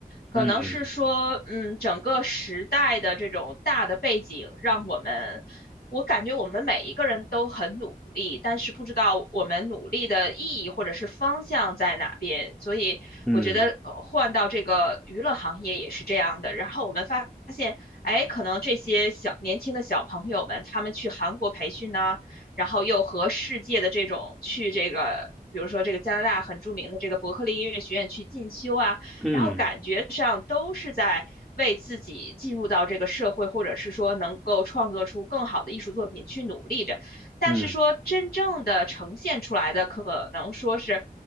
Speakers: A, on the left; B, in the centre.
A: 可能是说，
B: 嗯
A: 嗯，整个时代的这种大的背景，让我们，我感觉我们每一个人都很努力，但是不知道我们努力的意义或者是方向在哪边。所以我觉得呃换到这个娱乐行业也是这样的。
B: 嗯
A: 然后我们发现，哎，可能这些小年轻的小朋友们，他们去韩国培训呐、然后又和世界的这种去这个。比如说，这个加拿大很著名的这个伯克利音乐学院去进修啊，
B: 嗯
A: 然后感觉上都是在为自己进入到这个社会，或者是说能够创作出更好的艺术作品去努力着，但是说真正的呈现出来的，
B: 嗯
A: 可能说是